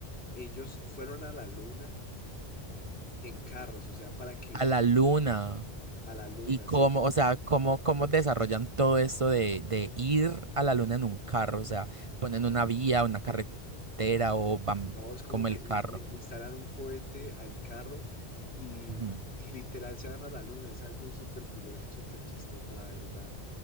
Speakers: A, on the left; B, on the right.
A: ellos fueron a la luna en carros, o sea, para que
B: A la luna.
A: a la luna,
B: Y cómo,
A: así entonces
B: o sea, cómo, cómo desarrollan todo esto de, de ir a la luna en un carro, o sea, ponen una vía, una carretera o van
A: No, es como
B: como
A: que
B: el
A: le,
B: carro.
A: le- le instalan un cohete al carro y,
B: Ujú.
A: y literal se van a la luna. Es algo súper curioso y súper chistoso, la verdad.